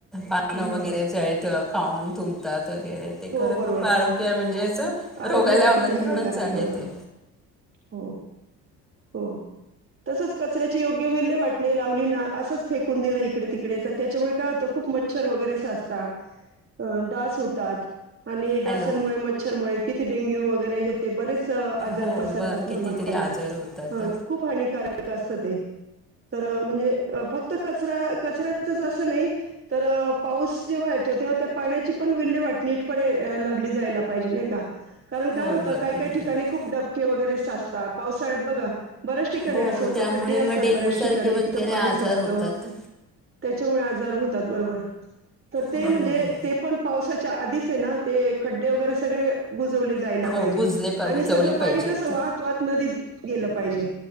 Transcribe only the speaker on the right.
ह
हो
बरोबर.
आरोग्याला
किती हानिकारक
बरोबर
हो हो तसंच कचऱ्याची योग्य विल्य वाट नाही लावली ना असंच फेकून दिलं इकडे तिकडे तर त्याच्यामुळे काय होतं खूप मच्छर वगैरे साचतात, डास होतात आणि
डासांमुळे, मच्छरमुळे किती डेंग्यू वगैरे ते बरेच आजार
पसरतात
ना माणसांना
खूप हानिकक असत ते तर म्हणजे फक्त कचरा कचऱ्याचच असं नाही तर पाऊस जेव्हा येतो तेव्हा त्या पाण्याची पण विल्हे वाटणी निट पणे लागली जायला पाहिजे नाही का? कारण काय
होतं
काही काही ठिकाणी
खूप डबके वगैरे साच पावसाळ्यात बघा बऱ्याच ठिकाणी
असं होतं
खड्डे असतात
बऱ्याच ठिकाणी,
तिथं पाणी
साचतं,
त्याच्यामुळे आजार होतात, बरोबर तर ते
म्हणजे
ते पण पावसाच्या आधीच ते खड्डे वगैरे सगळे बुजवले जायला
पाहिजे
आणि
सगळं पाणी
कसं वाहत वाहत नदीत गेलं पाहिजे